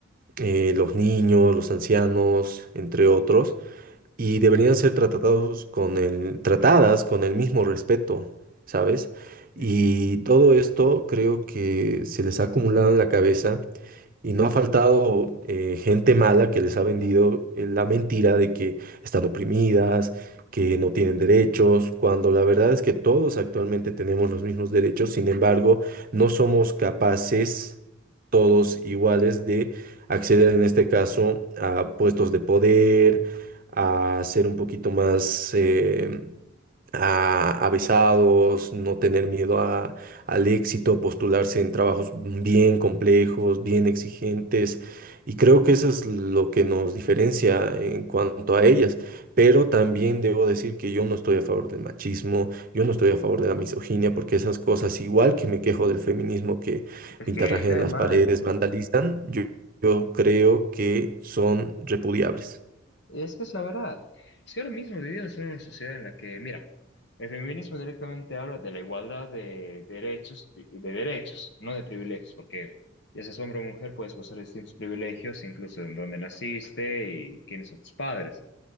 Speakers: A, on the right (about 45°); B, on the left (about 55°).
A: eh, los niños, los ancianos, entre otros, y deberían ser tratados con el, tratadas con el mismo respeto, ¿sabes? Y
B: Ujú.
A: todo esto creo que se les ha acumulado en la cabeza y no ha faltado eh, gente mala que les ha vendido eh, la mentira de que están oprimidas, que no tienen derechos, cuando la verdad es que todos actualmente tenemos los mismos derechos, sin embargo, no somos capaces todos iguales de acceder en este caso a puestos de poder, a ser un poquito más eh, a, avesados, no tener miedo a- al éxito, postularse en trabajos bien complejos, bien exigentes. Y creo que eso es lo que nos diferencia en cuanto a ellas. Pero también debo decir que yo no estoy a favor del machismo, yo no estoy a favor de la misoginia, porque esas cosas, igual que me quejo del feminismo que
B: Es
A: pintarrajean
B: que cae
A: las
B: mal.
A: paredes, vandalizan, yo yo creo que son repudiables.
B: Es que es la verdad. Si ahora mismo vivimos en una sociedad en la que, mira, el feminismo directamente habla de la igualdad de derechos, y de derechos, no de privilegios, porque ya seas hombre o mujer, puedes gozar de distintos privilegios, incluso en dónde naciste y quiénes son tus padres.